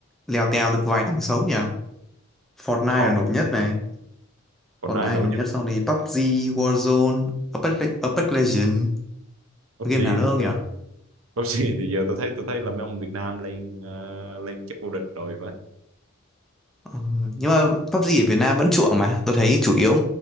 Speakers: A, in the centre; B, on the right.
A: lèo tèo được vài thằng sống nhỉ Fortnite
B: khó
A: là nổi nhất này
B: còn
A: Còn
B: ai
A: ai
B: nổi
A: nổi
B: nhất
A: nhất sau này PUBG, Warzone, Apex, Le- Apex Legends
B: PUBG
A: Game nào nữa không
B: thì
A: nhỉ?
B: Cúp C thì giờ tôi thấy tôi thấy là mấy ông Việt Nam lên ờ, lên chức vô địch rồi phải
A: Ờ, Nhưng mà PUBG ở Việt Nam vẫn chuộng mà Tôi thấy chủ yếu